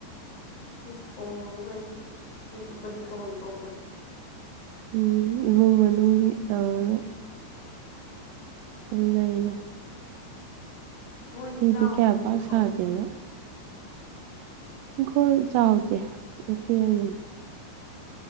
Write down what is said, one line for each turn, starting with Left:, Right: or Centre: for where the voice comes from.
Left: ꯏꯁ ꯊꯣꯡꯕꯕꯨ ꯀꯩꯅꯣ ꯃꯤ ꯑꯩꯈꯣꯏꯁꯨ ꯊꯣꯡꯉꯤ ꯊꯣꯡꯕꯗꯤ
Right: ꯎꯝ ꯏꯃꯨꯡ ꯃꯅꯨꯡꯒꯤ ꯇꯧꯏ__ ꯎꯝ ꯂꯩꯔꯦ
Left: ꯃꯣꯏꯗꯤ
Right: ꯐꯤꯗꯤ
Left: ꯆꯥꯎꯗ꯭ꯔꯣꯕ
Right: ꯀꯌꯥ ꯄꯥꯛ
Left: ꯏꯪꯈꯣꯟ
Right: ꯁꯥꯗꯦꯕ ꯏꯪꯈꯣꯜ ꯆꯥꯎꯗꯦ ꯃꯇꯦꯛ ꯑꯃꯅꯤ